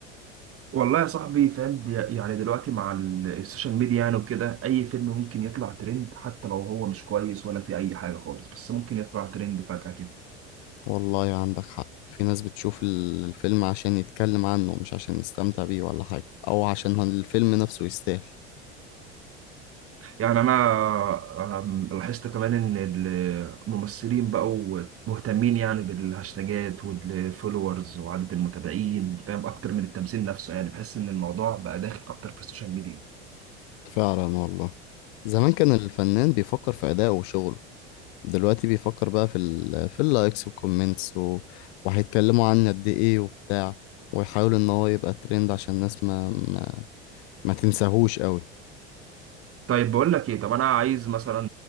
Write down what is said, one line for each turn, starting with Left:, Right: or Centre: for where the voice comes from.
Right: والله يا صاحبي فاهم دي يعني دلوقتي مع ال- السوشيال ميديا يعني وكده اي فيلم ممكن يطلع ترند حتى لو هو مش كويس ولا في اي حاجه خالص بس ممكن يطلع ترند فجاه كده
Left: والله عندك حق في ناس بتشوف ال- الفيلم عشان يتكلم عنه مش عشان يستمتع بيه ولا حاجة أو عشان الفيلم نفسه يستاهل
Right: يعني انا آم، لاحظت كمان ان الممثلين بقوا مهتمين يعني بالهاشتاجات والفولورز وعدد المتابعين فاهم اكتر من التمثيل نفسه يعني بحس ان الموضوع بقى داخل اكتر في السوشيال ميديا
Left: فعلا والله زمان كان الفنان بيفكر في أدائه وشغله دلوقتي بيفكر بقى في ال في اللايكس والكومنتس و... وهيتكلموا عنه قد إيه وبتاع ويحاول إن هو يبقى ترند عشان الناس ما ما, ما تنساهوش قوي
Right: طيب بقول لك ايه طب انا عايز مثلا